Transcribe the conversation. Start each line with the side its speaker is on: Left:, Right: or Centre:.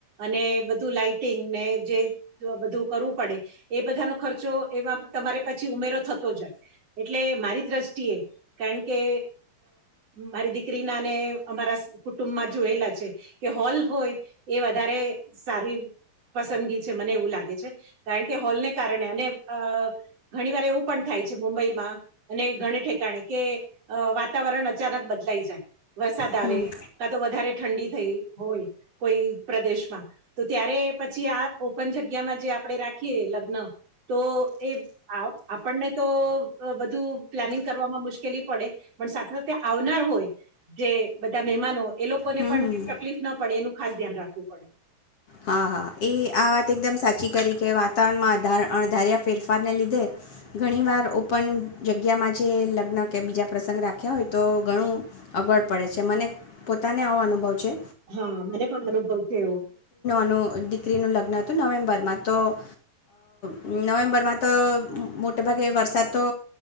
Right: અને બધું લાાઈટિંગ ને જે બધું કરવું પડે, એ બધાનો ખર્ચો એમાં તમારે પછી ઉમેરો થતો જાય, એટલે મારી દ્રષ્ટિએ કારણ કે મારી દીકરીના ને અમારા કુટુંબમાં જોયેલા છે કે હોલ હોય એ વધારે સારી પસંદગી છે, મને એવું લાગે છે, કારણ કે હોલને કારણે અને ઘણી વાર એવું પણ થાય છે મુંબઈમાં. અને ઘણી ઠેકાણે કે વાતાવરણ અચાનક બદલાઈ જાય. વરસાદ આવે,
Left: હમ
Right: કા તો વધારે ઠંડી થઈ હોય કોઈ પ્રદેશમાં તો ત્યારે પછી આ ઓપન જગ્યામાં જે આપણે રાખીએ લગ્ન, તો એ આપણને તો બધું પ્લાનિંગ કરવામાં મુશ્કેલી પડે, પણ સાથે સાથે આવનાર હોય, જે બધા મહેમાનો. એ લોકોને
Left: હમ
Right: પણ
Left: હમ
Right: તકલીફ ના પડે, એનું ખાસ ધ્યાન રાખવું પડે.
Left: હા હા એ આ વાત એકદમ સાચી કરી કે વાતાવરણમાં રધાર્યા ફેરફારને લીધે ઘણી વાર ઓપન જગ્યામાં જે લગ્ન કે બીજા પ્રસંગ રાખ્યા હોય તો ઘણું અગવડ પડે છે મને પોતાને આવો અનુભવ છે.
Right: હા મને પણ મને કૌ છે એવું.
Left: ન દીકરીનું લગ્ન હતું નવેમ્બરમાં તો નવેમ્બરમાં તો, મોટેભાગે વરસાદ તો